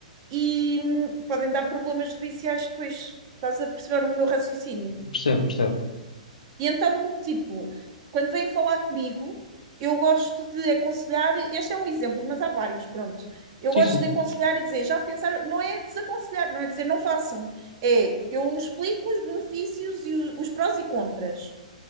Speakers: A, on the right; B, on the left.
A: e hum, podem dar problemas judiciais depois. Estás a perceber o meu raciocínio?
B: Percebo, percebo.
A: E então, tipo, quando vêm falar comigo, eu gosto de aconselhar. Este é um exemplo, mas há vários, pronto. Eu
B: Sim,
A: gosto
B: sim.
A: de aconselhar e dizer, já pensaram, não é desaconselhar, não é dizer não façam. É, eu explico os benefícios e o- os prós e contras.